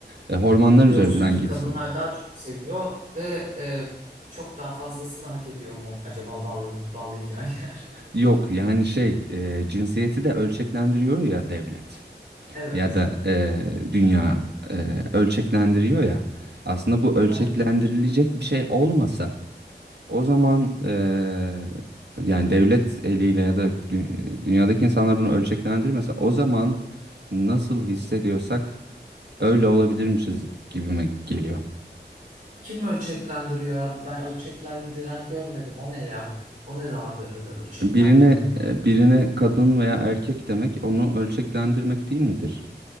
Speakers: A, on the right; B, on the right.
A: E, hormonlar
B: Diyorsun
A: üzerinden
B: ki
A: gitsin.
B: kadınlar daha çok seviyor ve e, çok daha fazlasını hak ediyor mu acaba bağlı, bağlayacağın yer?
A: Yok yani şey eee, cinsiyeti de ölçeklendiriyor ya devlet.
B: <laughs> Evet.
A: ya da eee, dünya eee, ölçeklendiriyor ya. Aslında bu ölçeklendirilecek
B: <laughs>
A: bir şey olmasa o zaman eee, yani devlet eliyle ya da dü- dünyadaki insanlar bunu ölçeklendirmese o zaman nasıl hissediyorsak öyle olabilirmişiz gibime geliyor.
B: Kim ölçeklendiriyor abi? Ben ölçeklendiren görmedim. O ne ya? O ne de abi öyle ölçeklendirmenin?
A: Birine e, birine kadın veya erkek demek onu ölçeklendirmek değil midir?